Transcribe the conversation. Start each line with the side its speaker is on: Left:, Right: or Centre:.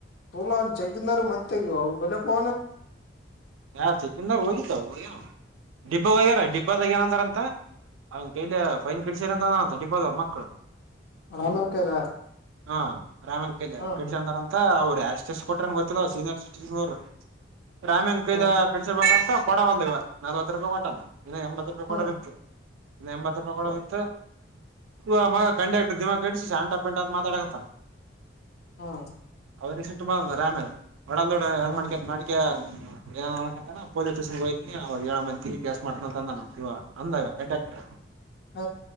Left: ಅವನ್ ಚೆಕಿಂದಾರ ಮತ್ತೆ ಇವಾಗ ಅವ್ನ್ ಬಲೆ <unintelligible>
Right: ಯಾ ಚೆಕ್ಕಂದಾರರು ಹೋಗಿದ್ದವು ಯ ಡಿಪ್ಯಾರ ಡಿಪೋದಾಗಾ ಏನಂದಾರ ಅಂತ. ಅವನ್ ಕೈಲಿ ಫೈನ್ ಕಡಿಸಾರ ಅಂತ ನಾನನ್ ಡಿಪೋ ಅವ್ರ ಮಕ್ಳು
Left: ರಾಮನ್ ಕೈಲ
Right: ಹಾ ರಾಮನ್ ಕೈಲ
Left: ಹ
Right: ಕಟ್ಲಿ ಅಂದಾರ ಅ ಅವ್ರು ಎಸ್ಟ್ ಕೊಟ್ರನ್ ಗೊತ್ತಿಲ್ಲ ಸೀನಿಯರ್ ಸಿಟಿಜನ್ ಅವರು ರಾಮೇನ್
Left: ಹ
Right: ಕೈಲ ಕಟ್ಟಿಸಬೆಕಂತ. ಕೊಡವಲ್ಲ ಇವ ನಲ್ವತ್ತು ರೂಪಾಯಿ ಕೊಟಾನ ಇನ್ನ ಎಂಬತ್ ರೂಪಾಯಿ
Left: ಹ
Right: ಕೊಡೋದೀತ್ತು. ಇನ್ನ ಎಂಬತ್ ರೂಪಾಯಿ ಕೊಡೋದು
Left: ಹ
Right: ಇತ್ತು ಇವ ಮಗ ಕಂಡಕ್ಟರ್ ದಿಮಾ ಕಡಿಸಿ ಶಂಟಾ ಪೆಂಟ ಅಂತ ಮಾತಾಡಕಥನ
Left: ಹಾ.
Right: ಅವದನಿಗೆ ಸಿಟ್ಟು ಬಂಧಿತ ರಾಮೆನ ಒಡ ದೋಡಏ
Left: ಹ
Right: ಮಾಡ್ಕ ಮಾಡಿಕ. ಏ ಅನ್ಕತಾನ ಪೊಲೀಸ್ ಸ್ಟೇಷನ್ ಹೋಗ್ತನಿ ಅವ ಏಳ ಮಂದಿ ಕೇಸ್ ಮಾಡತ ಅಂದ ನವ ಅಂದ ಈವಾ ಕಂಟಾಕ್ಟರ್.
Left: ಹ